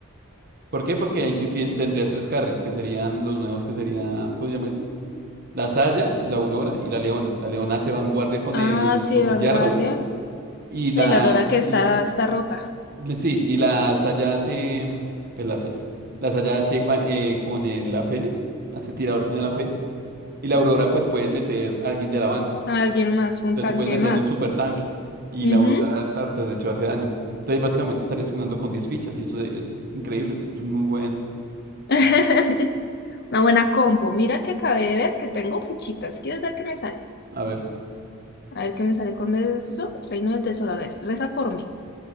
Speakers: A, on the right (about 45°); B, on the left (about 45°).
A: ¿Por qué? Porque ahí tú tien- tendrías tres carries, que serían los nuevos, que serían, ¿cómo se llama este? La Saya, la Aurora y la Leona. La Leona hace vanguardia con
B: Ah,
A: el,
B: sí,
A: con
B: Vanguardia.
A: el Jarvan y la,
B: No, y la Aurora que está,
A: el,
B: está rota.
A: Le- Sí, y la saya hace, eh, la saya, la saya hace va- eh, con el Aphelios, hace tirador con el Aphelios, y la Aurora pues puedes meter a alguien de la banca,
B: Alguien más, un
A: entonces
B: tanque
A: tú puedes meter
B: más.
A: un super tanque, y
B: Ujú.
A: la Aurora tartas de hecho hace daño, entonces básicamente estarías jugando con 10 fichas, y eso es increíble, eso es un muy buen,
B: <laughs> Una buena compo. Mira que acabé de ver que tengo fichitas. ¿Quieres ver qué me sale?
A: a ver,
B: A ver qué me sale con eso. Reino del Tesoro. A ver, reza por mí.